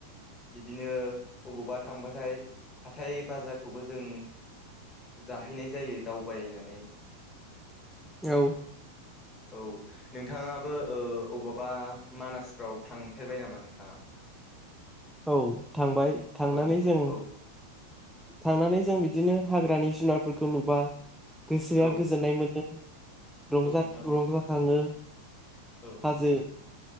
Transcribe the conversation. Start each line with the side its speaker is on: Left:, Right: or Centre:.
Left: बिदिनो अबावबा थांबाथाय हाथाय बाजारखौबो जों जाहैनाय जायो दावबायनानै।
Centre: औ
Left: औ नोंथाङाबो ओ अबावबा मानासफ्राव थांफेरबाय नामा नोंथाङा?
Centre: औ थांबाय थांनानै
Left: औ
Centre: जों
Left: औ
Centre: थांनानै जों बिदिनो हाग्रानि जुुनारफोरखौ नुबा गोसोआ
Left: औ
Centre: गोजोननाय मोनदों। रंजा
Left: औ नोंथां औ
Centre: रंजाखाङो।
Left: औ
Centre: हाजो
Left: नोंथां।